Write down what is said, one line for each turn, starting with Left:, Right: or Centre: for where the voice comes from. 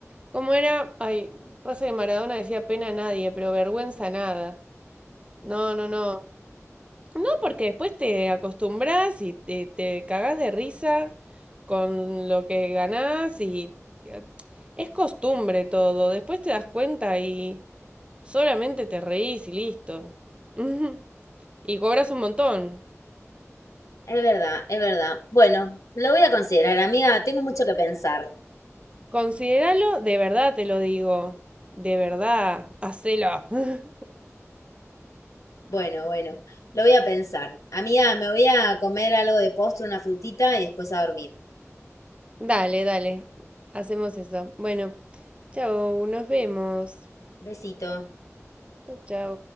Right: ¿Cómo era? Ay, pasa que Maradona decía pena a nadie, pero vergüenza nada. No, no, no. No, porque después te acostumbras y te, te cagás de risa con lo que ganás y eh, es costumbre todo. Después te das cuenta y solamente te reís y listo. <laughs> Ujú. Y cobras un montón.
Left: Es verdad, es verdad. Bueno, lo voy a considerar, amiga. Tengo mucho que pensar.
Right: Considéralo de verdad, te lo digo. De verdad, hacelo. <laughs>
Left: Bueno, bueno, lo voy a pensar. Amiga, me voy a comer algo de postre, una frutita y después a dormir.
Right: Dale, dale. Hacemos eso. Bueno, chao, nos vemos.
Left: Besito.
Right: Chao, chao.